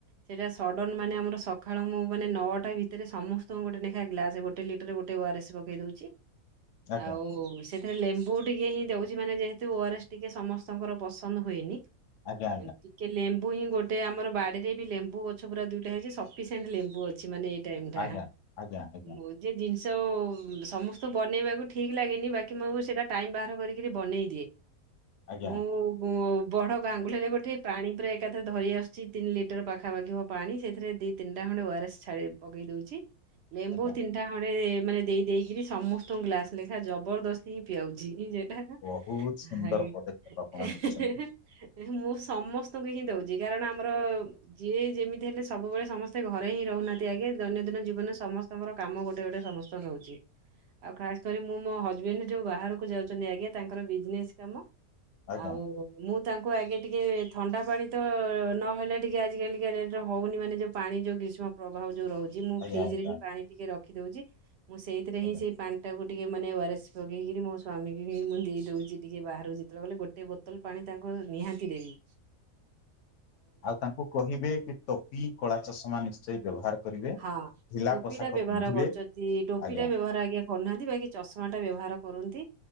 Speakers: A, on the right; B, on the left.
A: ସେଟା ସଡନ ମାନେ ଆମର ସକ ସଖାଳୁ ମୁଁ ମାନେ ନଅଟା ଭିତେରେ ସମସ୍ତଙ୍କୁ ଗୋଟେ ନେଖା ଗ୍ଲାସେ ଗୋଟେ ଲିଟର ଗୋଟେ ଓଆରଏସ୍ ପକେଇ ଦଉଛି।
B: ଆଜ୍ଞା
A: ଆଉ ସି ସେଥିରେ ଲେମ୍ବୁ ଟିକେ ହିଁ ଦଉଛି ମାନେ ଯେହେତୁ ଓଆରଏସ ଟିକେ ସମସ୍ତଙ୍କର ପସନ୍ଦ ହୁଏନି। ଏତି
B: ଆଜ୍ଞା
A: ଟିକେ ଲେମ୍ବୁ ହିଁ ଗୋଟେ ଆମର ବାଡିରେ ବି ଲେମ୍ବୁ ଗଛ ପୁରା ଦୁଇଟା ହେଇଛି ସପ୍ ସଫିସେଣ୍ଟ ଲେମ୍ବୁ ଅଛି ମାନେ ଏଇ ଟାଇମ ଟା
B: ଆଜ୍ଞା ଆଜ୍ଞା ଆଜ୍ଞା ଆଜ୍ଞା
A: ମୋ ଯେ ଜିନିଷ ଆଉ ସମସ୍ତଙ୍କୁ ବନେଇବାକୁ ଠିକ୍ ଲାଗେନି ବାକି ମୁଁ ସେଇଟା ଟାଇମ୍ ବାହାର କରିକିରି ବନେଇ ଦିଏ।
B: ଆଜ୍ଞା
A: ମୁଁ ମୁଁ ବଡ ଗାଙ୍ଗୁଲାରେ ଗୋଟେ ପାଣି ପୁରା ଏକାଥରେ ଧରି ଆସୁଛି ତିନି ଲିଟର ପାଖାପାଖି ହବ ପାଣି ସେଥିରେ ଦି ତିନିଟା ଖଣ୍ଡେ ଓଆରସ୍ ଛାଡି ପକେଇ ଦଉଛି ଲେମ୍ବୁ
B: ଆଜ୍ଞା
A: ତି ନିଟା ଖଣ୍ଡେ ମାନେ ଦେଇ ଦେଇକିରି ସମସ୍ତଙ୍କୁ ଗ୍ଲାସେ ଲେଖା ଜବରଦସ୍ତି ହିଁ ପିଆଉଛି ସେଟା।
B: ବହୁତ
A: ହାଏ
B: ସୁନ୍ଦର ପଦକ୍ଷେପ ଆପଣ
A: ଏହେଁଏ
B: ନେଇଛନ୍ତି
A: ମୁଁ ସମସ୍ତଙ୍କୁ ହିଁ ଦଉଚି। କାରଣ ଆମର ଯିଏ ଯେମିତି ହେଲେ ସବୁବେଳେ ସମସ୍ତେ ସମସ୍ତେ ଘରେ ହିଁ ରହୁନାହାନ୍ତି ଆଜ୍ଞା। ଦୈନନ୍ଦିନ ଜୀବନେ ସମସ୍ତଙ୍କର କାମ ଗୋଟେ ଗୋଟେ ସମସ୍ତଙ୍କ ରହୁଛି। ଆଉ ଖାସ୍ କରି ମୁଁ ମୋ ହଜବେଣ୍ଡ ଯୋଉ ବାହାରକୁ ଯାଉଛନ୍ତି ଆଜ୍ଞା ତାଙ୍କର ବିଜନେସ୍ କାମ।
B: ଆଜ୍ଞା
A: ଆଉ ମୁଁ ତାଙ୍କୁ ଆଗେ ଟିକେ ଥଣ୍ଡା ପାଣି ତ ନହେଲେ ଟିକେ ଆଜିକାଲିକା ଡେଟରେ ହଉନି ମାନେ ଯୋଉ ପାଣି ଯୋଉ ଗ୍ରୀଷ୍ମ ପ୍ରଭାବ ଯୋଉ ରହୁଛି ମୁଁ
B: ଆଜ୍ଞା
A: ଫ୍ରିଜରେ
B: ଆଜ୍ଞା
A: ହିଁ ପାଣି ଟିକେ ରଖିଦଉଛି। ମୁଁ ସେଇଥିରେ
B: ଆଜ୍ଞା
A: ହିଁ ସେଇ ପାଣିଟାକୁ ଟିକେ ମାନେ ଓଆରଏସ୍ ପକେଇକିରି ମୋ ସ୍ବାମୀକି ବି ମୁଁ ଦେଇଦଉଛି ଟିକେ। ବାହାରୁଛି ଯେତେବେଳେ ଗଲେ ଗୋଟେ ଗୋଟେ ବୋତଲ ପାଣି ତାଙ୍କୁ ନିହାତି ଦେବି।
B: ଆଉ ତାଙ୍କୁ କହିବେ କି ଟୋପି କଳା ଚଷମା ନିଶ୍ଚୟ ବ୍ୟବହାର କରିବେ
A: ହଁ
B: ଢିଲା
A: ଟୋପି
B: ପୋଷାକ
A: ଟା ବ୍ୟବହାର
B: ପିନ୍ଧିବେ
A: କରୁଛନ୍ତି। ଟୋପି
B: ଆଜ୍ଞା
A: ଟା ବ୍ୟବହାର ଆଜ୍ଞା କରୁନାହାନ୍ତି ବାକି ଚଷମା ଟା ବ୍ୟବହାର କରନ୍ତି।